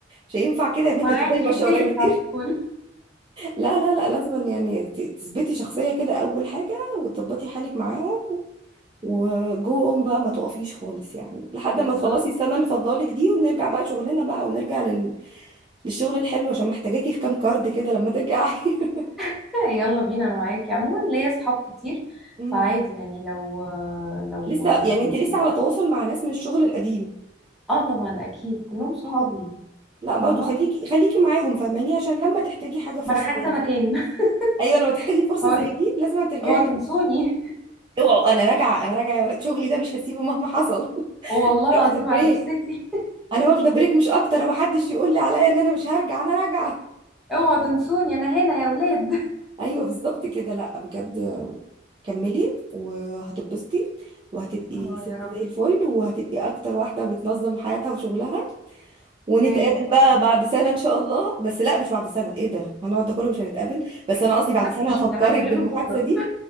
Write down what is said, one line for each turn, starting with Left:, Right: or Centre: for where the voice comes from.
Right: مش هينفع كده يا بنتي
Centre: معاكي
Right: هتفضلي ماشيه
Centre: في ديلك
Right: ورايا كتير
Centre: على طول
Right: لا لا لا لازم يعني ت- تثبتي شخصية كده أول حاجة وتظبطي حالك معاهم وجوهم بقى ما تقفيش خالص يعني لحد
Centre: بالظبط
Right: ما تخلصي السنة اللي فاضلالك دي ونرجع بقى شغلنا بقى ونرجع لل... للشغل الحلو عشان محتاجاكي في كام كارد كده لما ترجعي <laughs>
Centre: <laughs> يلا بينا انا معاكي عموما ليا صحاب كتير
Right: مم.
Centre: فعادي يعني لو لو
Right: لسه يعني انت لسه
Centre: يعني،
Right: على تواصل مع ناس من الشغل القديم
Centre: اه طبعا اكيد كلهم صحابي
Right: اه لا برضو
Centre: فاهمة
Right: خليكي خليكي معاهم فاهماني عشان لما تحتاجي حاجة فرصة
Centre: ما انا حاجزة
Right: زي
Centre: مكان
Right: دي ايوه لما تحتاجي
Centre: <laughs>
Right: فرصة
Centre: هو
Right: زي
Centre: إيه؟
Right: دي لازم ترجعي
Centre: اوعوا تنسوني
Right: اوعوا انا راجعة انا راجعة يا ولد شغلي ده مش هسيبه مهما حصل
Centre: <laughs> والله
Right: <laughs>
Centre: العظيم
Right: واخدة بريك
Centre: على جثتي
Right: انا واخده بريك مش اكتر محدش يقول لي عليا ان انا مش هرجع انا راجعه
Centre: <laughs> اوعوا تنسوني انا هنا يا ولاد
Right: <laughs> ايوه بالظبط كده لا بجد كملي وهتتبسطي وهتبقي
Centre: <laughs> اه
Right: ست
Centre: يا رب
Right: زي الفل وهتبقي اكتر واحده بتنظم حياتها وشغلها ونتقابل
Centre: زي والله
Right: بقى بعد سنه ان شاء الله بس لا مش بعد سنه ايه ده هنقعد ده كله مش هنتقابل بس انا قصدي بعد سنه
Centre: فين
Right: هفكرك
Centre: انا هكلمك
Right: <laughs> بالمحادثه
Centre: بكرة
Right: دي